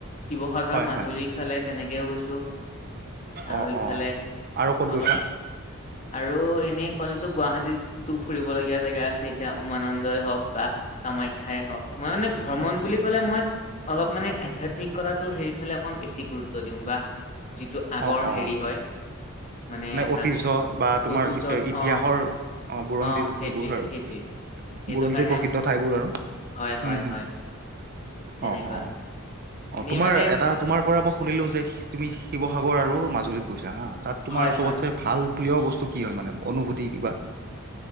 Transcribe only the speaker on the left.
শিৱসাগৰ,
মাজুলীৰ
ফালে তেনেকেও গৈছো। আৰু
ইফালে
অলপ
আৰু এ এনেই ক'লেতো গুৱাহাটীতো ফুৰিবলগীয়া জেগা আছে এতিয়া উমানন্দই হওঁক বা কামাখ্যাই হওঁক, মই মানে ভ্ৰমণ বুলি কলে মই অলপ মানে আধ্যাত্মিকতাটো সেইফালে অকণ বেছি গুৰুত্ব দিওঁ। বা যিটো আগৰ
হেৰি
হয়, মানে
আগ
অতীজত
অ,
অ সেইটোৱেই
সেইটোৱেই। সেইটো
কাৰণে,
হয় হয়
হয়। তেনেকুৱা
এনেই
মানে
হয়
হয়